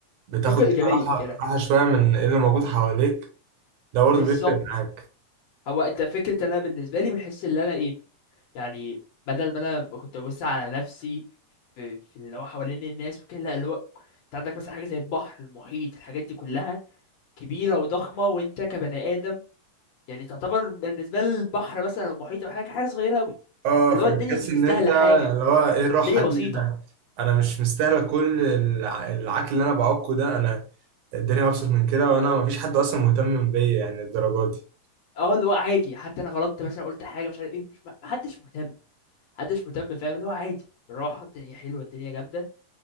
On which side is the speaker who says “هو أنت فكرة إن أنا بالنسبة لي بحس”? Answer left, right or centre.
Left